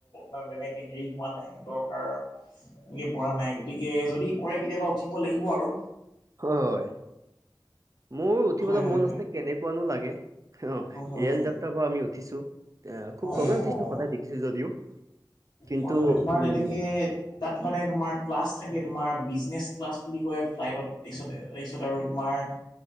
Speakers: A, on the left; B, on the right.
A: মানে তেনেকে হেৰি হোৱা নাই দৰকাৰ এনেকৈ পৰা নাই গতিকে যদি পৰে কেতিয়াবা উঠিব লাগিব আৰু
B: হয় মোৰ উঠিবলৈ
A: হয় হয়
B: মন
A: হয়
B: আছে কেনেক কেনেকুৱা নু লাগে অ 'ৰেল
A: হয় হয় হয়
B: যাত্ৰা পৰা আমি উঠিছো খুব
A: অ
B: কমে উঠিছো
A: অ অ
B: দেখিছো যদিও কিন্তু
A: হয়, হয়, তোমাৰ
B: উম,
A: তেনেকে তাত মানে তোমাৰ ক্লাছ থাকে তোমাৰ বিজনেছ ক্লাছ বুলি কয় ফ্লাইটতাৰছ তাৰিছত আৰু তোমাৰ